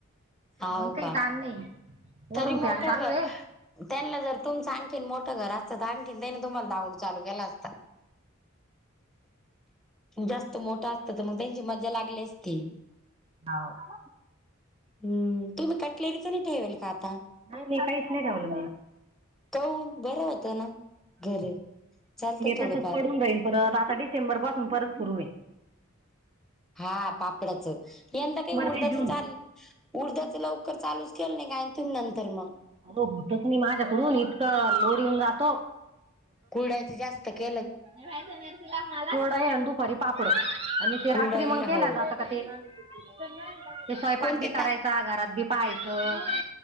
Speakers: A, in the centre; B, on the right (about 30°).
A: हो
B: मग काही
A: का
B: तार नाही. वरून
A: तरी
B: फॅन
A: मोकळ
B: चालू
A: ग.
B: आहे
A: त्यांना जर तुमचं आणखीन मोठं घर असतं तर आणखीन त्यानी तुम्हाला दावडू चालू केला असत. जास्त मोठा असत तर मग त्यांची मज्जा लागली असती.
B: हो.
A: हम्म तुम्ही कटलेरीचं नाही ठेवेल का आता.
B: नाही नाही काहीच नाही ठेवलं
A: काऊ बरं होत ना घर. चालतं थोडंफार
B: तसच पडून राहीन परत आता डिसेंबर पासून परत सुरू हेईल.
A: हा पापडचं यंदा काही उडधाच
B: ते जून
A: चाल. उडद्याच लवकर चालूच केलं नाही काय तुम्ही नंतर मग.
B: हो होतत मी माझ्याकडून इतकं लोड येऊन जातो.
A: कुरडायच जास्त के
B: <unintelligible> कुरडया आहे दुपारी पापड आणि ते
A: कुरडाई
B: रात्री मग केल्या
A: हो
B: जात. <unintelligible> ते स्वयंपाक
A: कोणते
B: बी करायचा
A: ता
B: घरात बी पाहायचं.